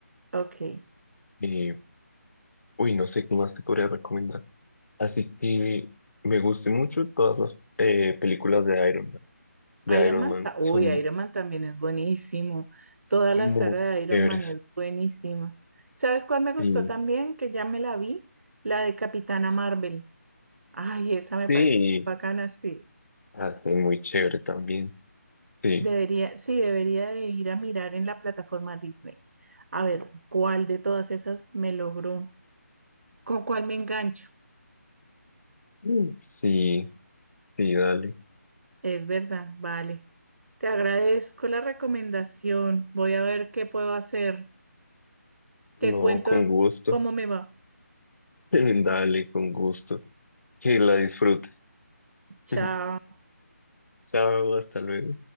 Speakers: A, on the right; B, on the left.
A: Ok.
B: Y, uy, no sé qué más te podría recomendar. Así que me gustan mucho todas las eh, películas de Iron Man de
A: Iron
B: Iron
A: Man,
B: Man
A: ta- uy,
B: son
A: Iron Man también es buenísimo. Toda la
B: Muy
A: saga de Iron
B: chéveres.
A: Man es buenísima. ¿Sabes cuál me gustó
B: Sí,
A: también? Que ya me la vi, la de Capitana Marvel. Ay, esa
B: sí,
A: me parece bacana, sí.
B: hace muy chévere también. Sí,
A: Debería, sí, debería de ir a mirar en la plataforma Disney. A ver, ¿cuál de todas esas me logró? ¿Con cuál me engancho?
B: Mm. sí, sí, dale.
A: Es verdad, vale. Te agradezco la recomendación. Voy a ver qué puedo hacer. Te
B: No,
A: cuento
B: con gusto.
A: cómo me va.
B: <laughs> Dale, con gusto. Que la disfrutes.
A: Chao.
B: <laughs> Chao, hasta luego.